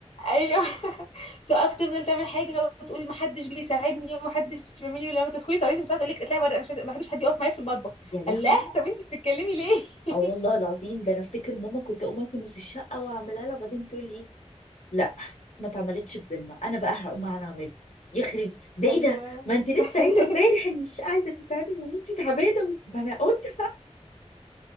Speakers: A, on the left (about 65°); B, on the left (about 85°).
A: ايوه <laughs> تقف تفضل تعمل حاجه وتقول محدش بيساعدني ومحدش بيعملي ولما تدخلي طريقه المساعده تقول لك اطلعي بره انا مش عايزة- ما بحبش حد يقف معايا في المطبخ
B: <laughs> يا لهوي
A: الله طب انت بتتكلمي ليه
B: اه والله
A: <laughs>
B: العظيم ده انا افتكر ماما كنت اقوم اكنس الشقه واعملها لها وبعدين تقول لي إيه؟ لا ما اتعملتش بذمه انا بقى هقوم انا اعمله يخرب ده ايه
A: ايوه
B: ده ما انت لسه
A: <laughs>
B: قايله امبارح ان الشقه عايزه تتعمل وان انت تعبانه ما انا قلت